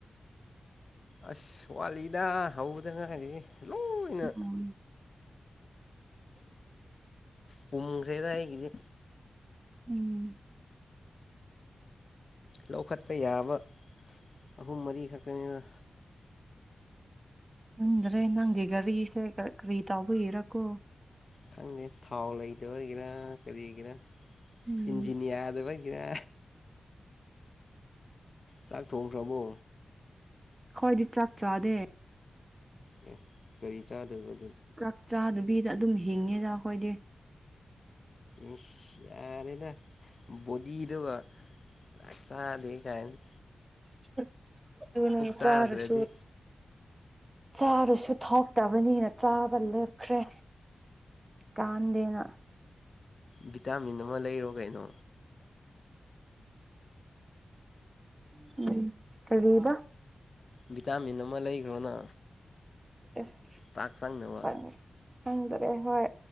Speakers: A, on the left; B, on the right.
A: ꯑꯁ ꯋꯥꯠꯂꯤꯗ ꯍꯧꯕꯗ ꯉꯥꯏꯔꯤ ꯂꯣꯏꯅ
B: <unintelligible> <inaudible>
A: ꯄꯨꯝꯈ꯭ꯔꯦꯗ ꯑꯩꯒꯤꯗꯤ
B: ꯎꯝ
A: ꯂꯧꯈꯠꯄ ꯌꯥꯕ ꯑꯍꯨꯝ ꯃꯔꯤ ꯈꯛꯇꯅꯤꯗ
B: ꯈꯪꯗ꯭ꯔꯦ ꯅꯪꯒꯤ ꯒꯥꯔꯤꯁꯦ ꯀꯔꯤ ꯇꯧꯕꯒꯤꯔꯀꯣ
A: ꯈꯪꯗꯦ ꯊꯥꯎ ꯂꯩꯇꯕꯒꯤꯔ ꯀꯔꯤꯒꯤꯔ
B: ꯎꯝ
A: ꯏꯟꯖꯤꯟ ꯌꯥꯗꯕꯩ ꯒꯤꯔ ꯆꯥꯛ ꯊꯣꯡꯈ꯭ꯔꯕꯣ
B: ꯑꯈꫭꯏꯗꯤ ꯆꯥꯛ ꯆꯥꯗꯦ
A: ꯑꯦ ꯀꯔꯤ ꯆꯥꯗꫭꯏꯕ
B: ꯆꯥꯛ ꯆꯥꯗꯕꯤꯗ ꯑꯗꯨꯝ ꯍꯤꯡꯉꯤꯗ ꯑꯈꯣꯏꯗꯤ
A: ꯏꯁ ꯌꯥꯔꯦꯗ ꯕꯣꯗꯤꯗꯨꯒ ꯆꯥꯛ ꯆꯥꯗꯦ ꯒꯥꯏꯅ
B: <unintelligible> ꯑꯗꯨꯅ
A: ꯆꯥꯗ꯭ꯔꯗꯤ
B: ꯆꯥꯔꯁꯨ ꯆꯥꯔꯁꯨ ꯊꯛꯇꯕꯅꯤꯅ ꯆꯥꯕ ꯂꯦꯞꯈ꯭ꯔꯦ ꯀꯥꯟꯗꯦꯅ
A: ꯚꯤꯇꯥꯃꯤꯟ ꯑꯃ ꯂꯩꯔꯣ ꯀꯩꯅꯣ
B: ꯎꯝ ꯀꯔꯤꯕ
A: ꯚꯤꯇꯥꯃꯤꯟ ꯑꯃ ꯂꯩꯈ꯭ꯔꯣꯅ
B: ꯑꯁ
A: ꯆꯥꯛ ꯆꯪꯅꯕ
B: ꯆꯪꯗꯔꯦ ꯍꯣꯏ